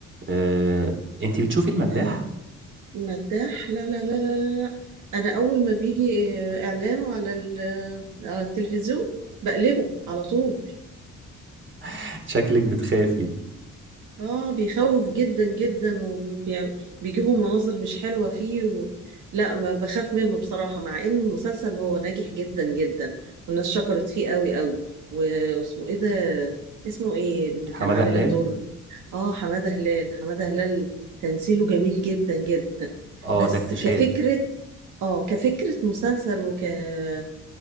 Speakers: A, on the right (about 40°); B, on the right (about 80°).
A: آه، انتي بتشوفي المداح
B: آه. مداح لا لا لا لا لا لا. انا اول ما بيجي آه، اعلانه على ال- آه، على التلفزيون بقلبه على طول
A: <laughs> شكلك بتخافي
B: اه بيخوف جدا جدا وبيجيبوا مناظر مش حلوة فيه و... لا ما بخاف منه بصراحة مع ان المسلسل هو ناجح جدا جدا والناس شكرت فيه قوي قوي و- واسمه ايه ده اسمه ايه اللي
A: حمادة
B: كان عامل
A: هلال
B: الدور اه حمادة هلال حمادة هلال تمثيله جميل جدا جدا
A: اه
B: بس
A: ده اكتشاف
B: كفكرة اه كفكرة مسلسل وك آه،